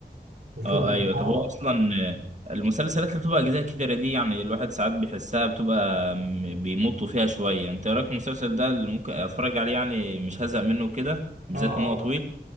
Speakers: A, on the right (about 75°); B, on the right (about 40°).
A: وفضل
B: اه أيوه
A: يتعرض
B: طب هو أصلا المسلسلات اللي بتبقى أجزاء كتيرة دي يعني الواحد ساعات بيحسها بتبقى م- بيمطوا فيها شوية أنت إيه رأيك في المسلسل ده اللي ممكن أتفرج عليه يعني مش هزهق منه كده بالذات
A: اه
B: إن هو طويل